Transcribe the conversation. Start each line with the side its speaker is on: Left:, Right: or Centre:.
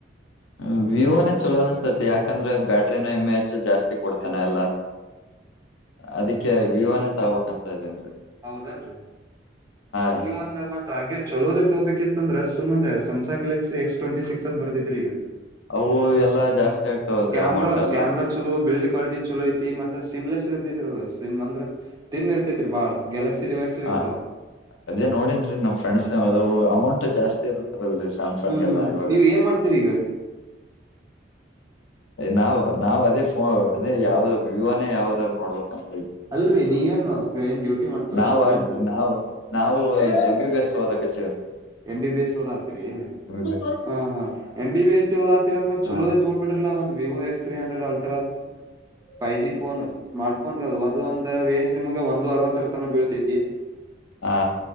Left: ಮ್ಮ್ ವಿವೋನೇ ಚೊಲೋ ಅನ್ಸ್ತತಿ ಯಾಕಂದ್ರೆ ಬ್ಯಾಟ್ರಿನ ಎಮ್ ಎಚ್ ಜಾಸ್ತಿ ಕೊಡ್ತೇನ ಎಲ್ಲಾ ಅದಕ್ಕೆ ವಿಹಾನ ತಗಬೇಕಕ್ಂತ ಇದೇನ್ರಿ
Right: ಹೌದನ್ರಿರಿ
Left: ರೀ
Right: ನೀವಂದ ಮತ್ತ ಹಂಗೆ ಚಲೋದೇ ತಗೋಬೇಕಿತ್ತ ಅಂದ್ರೆ ಸುಮ್ಮನೆ ಹಸ ಸ್ಯಾಮ್ಸಂಗ್ ಗ್ಯಾಲಕ್ಸಿ ಎಸ್ ಟ್ವೆಟಿ ಸಿಕ್ಸ್ ಅ ಬರ್ದಿದೀ ಈಗ
Left: ಅವು ಎಲ್ಲಾ ಜಾಸ್ತಿ ಆಗ್ತಾವಲ್ರರಿ
Right: ಕ್ಯಾಮ್ರಾ
Left: ಅಮೌಂಟ್ ಎಲ್ಲಾ
Right: ಕ್ಯಾಮ್ರಾ ಚಲೋ ಬಿಲ್ಡ್ ಕ್ವಾಲಿಟಿ ಚಲೋ ಐತಿ ಮೆ ಸಿಮ್ಲೆಸ್ ಇರ್ತೈತ್ರಿ ಅದು ಸಿಮ್ ಅಂದ್ರೆ ತಿನ್ ಇರ್ತೈತ್ರಿ ಬಾಳ್ ಗ್ಯಲಕ್ಸಿ ಡಿವೈಸ
Left: ಹ
Right: ಇರ್ತವ
Left: ಅದೇ ನೋಡನ್ರೀ ನಮ ಫ್ರೆಂಡ್ಸ್ ನಾವದವು ಅಮೌಂಟ್ ಜಾಸ್ತಿ ಇರುತ್ತಾರಲ್ರರಿ ಸ್ಯಾಮ್ಸಂಗ್
Right: ಹ್ಮ್
Left: ಎಲ್ಲಾ
Right: ಹ್ಮ್
Left: ಇವಾಗ
Right: ನೀವ್ ಏನ್ ಮಾಡ್ತೀರಿ ಈಗ
Left: ನಾವ್ ನಾವ್ ಅದೇ ಫೋ ಅದೇ ಯಾವ್ದ ವಿವೋನೇ ಯಾವದಾರ ನೋಡ್ಬೇಕಂತ
Right: ಅಲ್ರರಿ ನೀವೇನ್ ಏನ್ ಡ್ಯೂಟಿ ಮಾಡ್ತಾರೋ
Left: ನಾವು
Right: ಸ್ಟೂಡೆಂಟ್ ಅದ
Left: ನಾವು ಏಮ್ ಬಿ ಬಿ ಏಸ್ ಹೋದ ಕತ್ತೀರಿ
Right: ಎಂ ಬಿ ಬಿ ಎಸ್ ಓದಾತಿರಿ
Left: ಬಿ ಎಸ್
Right: ಹ ಹಾ ಎಂ ಬಿ ಎಸ್ ಸಿ ಓದಾತಿರ ಅಂದ ಮತ್ ಚಲೋದೇ
Left: ಹಾ
Right: ತೋಗೊಂಡ್ಬಿಟ್ರ ಒಂದು Vivo X three hundred ultra five G phone smart ಫೋನ್ದು ಒಂದಂದು ಒಂದ ರೇಂಜ್ ಈಗ ಒಂದು ಅರವತ್ತರ ತನ ಬೀಳ್ತೈತಿ
Left: ಹಾ